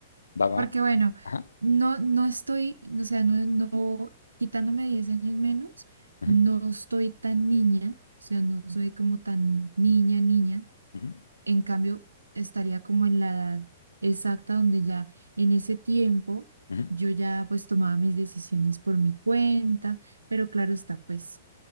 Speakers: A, on the left; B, on the right.
A: va, va.
B: Porque bueno,
A: Ajá,
B: no, no estoy, o sea, no, no, quitándome 10 años menos,
A: ujú,
B: no estoy tan niña, o sea, no soy como tan niña, niña.
A: ujú,
B: En cambio, estaría como en la edad exacta donde ya en ese tiempo
A: ujú,
B: yo ya pues tomaba mis decisiones por mi cuenta, pero claro está, pues